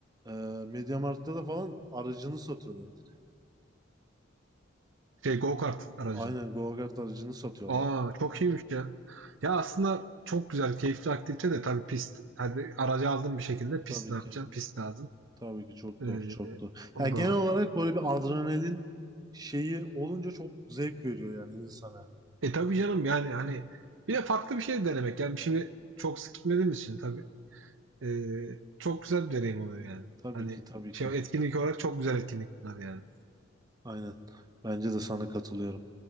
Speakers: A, on the right; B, on the right.
A: Ee, MediaMarkt'ta da falan aracını satıyorlar direkt.
B: Şey go-kart aracını.
A: Aynen go-kart aracını satıyorlar.
B: Aa çok iyiymiş ya. Ya aslında çok güzel, keyifli aktivite de tabii pist. Hadi aracı aldın bir şekilde pist
A: Tabii
B: ne
A: ki.
B: yapacaksın? Pist lazım.
A: Tabii ki çok
B: Ee,
A: doğru, çok doğru.
B: o
A: Yani
B: da
A: genel
B: var.
A: olarak böyle bir adrenalin şeyi olunca çok zevk veriyor yani insana.
B: E tabii canım yani hani bir de farklı bir şey denemek. Yani şimdi çok sık gitmediğimiz için tabii. Eee, çok güzel bir deneyim oluyor yani.
A: Tabii
B: Hani
A: ki, tabii
B: şey
A: ki.
B: etkinlik olarak çok güzel etkinlik bunlar yani.
A: Aynen. Bence de sana katılıyorum.